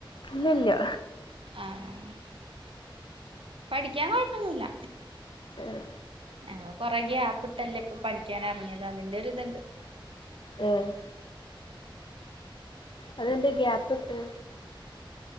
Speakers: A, on the left; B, on the right.
A: ഇലില്ല.
B: ആഹ് പഠിക്കാൻ കൊഴപ്പൊന്നുല്ല.
A: ഏഹ്
B: ഞങ്ങള് കൊറെ ഗ്യാപ്പ് ഇട്ടല്ലേ ഇപ്പൊ പഠിക്കാനെറങ്ങിയത് അതിന്റെ ഒരു ഇതണ്ട്.
A: ഏഹ് അതെന്ത ഗ്യാപ്പ് ഇട്ട്?